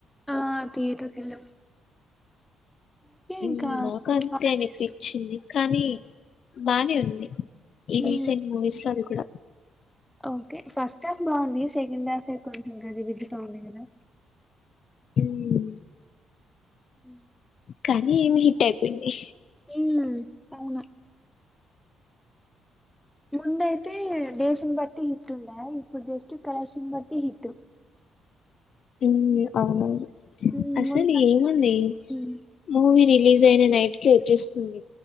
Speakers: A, in the centre; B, on the left.
A: ఆ థియేటర్ కెల్లం
B: మ్
A: ఇంకా
B: నాకు అంతే
A: హాలిడేస్
B: అనిపించింది కానీ బానే ఉంది ఈ రీసెంట్
A: ఉ
B: మూవీస్ లో అది కూడా
A: ఓకే ఫస్ట్ హాఫ్ బాగుంది సెకండ్ హాఫ్ే కొంచెం గజి బిజీ గా ఉంది కదా
B: మ్
A: మ్
B: కానీ ఏమి హిట్ అయిపోయింది
A: మ్ అవును ముందయితే దేశం బట్టి హిట్ ఉన్నాయా ఇప్పుడు జస్ట్ కరప్శన్ బట్టి హిట్
B: మ్ అవునవును
A: హ్మ్.
B: అసలు
A: ఉంటా.
B: ఏముంది
A: హ్మ్.
B: మూవీ రిలీజ్ అయిన నైట్ కి వచ్చేస్తుంది